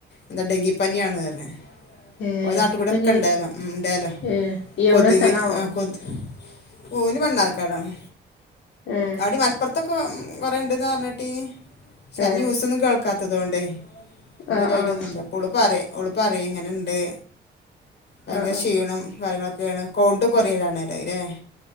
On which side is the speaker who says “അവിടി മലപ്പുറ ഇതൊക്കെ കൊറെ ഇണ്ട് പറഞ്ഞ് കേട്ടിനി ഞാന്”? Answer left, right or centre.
Left